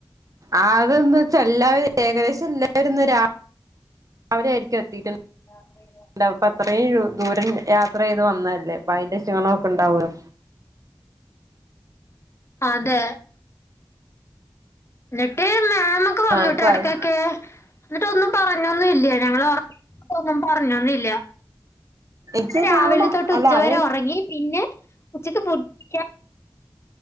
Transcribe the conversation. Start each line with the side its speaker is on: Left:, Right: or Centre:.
Right: അതന്ന്ച്ച എല്ലാരും ഏകദേശം എല്ലാവരുംന്നും രാ. അവര ആയിരിക്കും എത്തിയിട്ടുണ്ട്
Left: <unintelligible>
Right: അപ്പത്രയും ദൂരം യാത്ര ചെയ്ത് വന്നല്ലേ അപ്പയ്ന്റെ ക്ഷിണ ഒക്കെ ഉണ്ടാവല്ലോ
Left: അതെ എന്നിട്ട് മാമൊക്കെ വന്നിട്ട്
Right: ആഹ് അപ്പൊ
Left: എടക്കൊക്കെ
Right: അത്
Left: എന്നിട്ടൊന്നും പറഞ്ഞൊന്നും ഇല്ല ഞങ്ങള് ഉറങ്ങിട്ട് ഒന്നും പറഞ്ഞൊന്നില്ല
Right: എനിക്ക്
Left: രാവിലെ
Right: തോന്നണു
Left: തൊട്ട്
Right: അല്ല
Left: ഉച്ചവരെ
Right: അത്
Left: ഒറങ്ങി പിന്നെ. ഉച്ചക്ക്